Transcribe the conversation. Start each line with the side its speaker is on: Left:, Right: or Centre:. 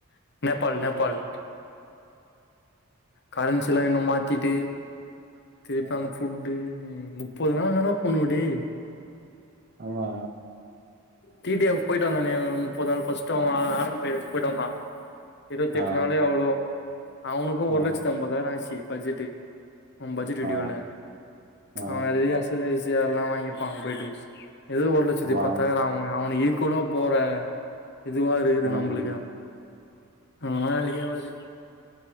Left: நேபாள் நேபாள் கரன்சிலா இன்னு மாத் திட்டு திருப்பங்க
Right: ஆ.
Left: ஃபுட்டு முப்பதுநாள்தான்டா போனு டேய்
Right: ஆமா
Left: டி டி ஃப் போயிட்டு வந்தானே ஓர் முப்பது நாள் ஃபர்ஸ்டு <unintelligible> வந்தா இருவத் எட்டு
Right: ஆ
Left: நாளே அவ்ளோ அவனுக்கு ஒரு
Right: ஆ
Left: லட்சத்தி ஐம்பதாயிரோ ஆயிட்ச்சு பட்ஜெட்டு் உ பட்ஜெட் இடியோல
Right: ஆ ஆ
Left: அவ நிறைய <unintelligible> ல்லா வாங் கிருப்பாங்க போயிட்டு ஏதோ ஒரு லட்சத்தி
Right: ஆமா
Left: பத்தாயிர அவ அவனு ஈக்குவலா போற இதுவா இருக்குது
Right: ம்
Left: நம்புளுக்கு அவன்ளா வேளக்கே ஆவாது